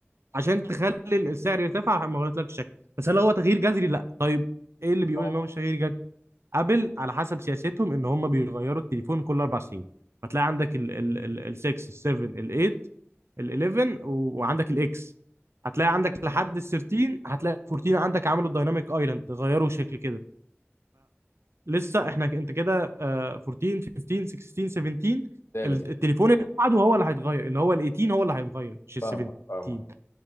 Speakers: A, on the right; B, on the left.
A: عشان تخلي السعر يرتفع ما غيرتلكش الشكل بس هل هو تغيير جذري؟ لا طيب إيه اللي بيقول
B: اه
A: إن هو مش تغيير جذري؟ ابل على حسب سياستهم ان هم بيغيروا التليفون كل اربع سنين فتلاقي عندك ال ال ال ال 6 ال 7 ال 8 ال 11 و- وعندك الاكس هتلاقي عندك لحد ال 13 هتلاقي ال 14 عندك عملوا الدايناميك ايلاند غيروا شكل كده فلسه احنا ك- انت كده آه، 14 15 16 17
B: تالت
A: ال- التليفون اللي بعده هو اللي هيتغير اللي هو ال 18 هو اللي هيتغير مش
B: فاهمك
A: ال 17
B: فاهمك